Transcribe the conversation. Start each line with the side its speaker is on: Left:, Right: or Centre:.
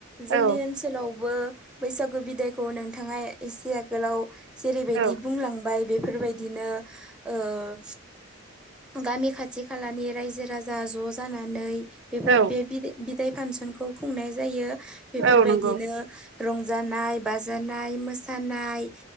Centre: जोंनि
Right: औ
Centre: ओनसोलावबो बैसागु बिदायखौ नोंथाङा एसे आगोलाव जेरैबायदि
Right: औ
Centre: बुंलांबाय बे फोरबायदिनो ओ गामि खाथि खालानि रायजो राजा ज' जानानै बेफोर
Right: औ
Centre: बे बिदाय बिदाय फानसनखौ खुंनाय जायो बेफोरबायदिनो
Right: औ नंगौ
Centre: रंजानाय बाजानाय मोसानाय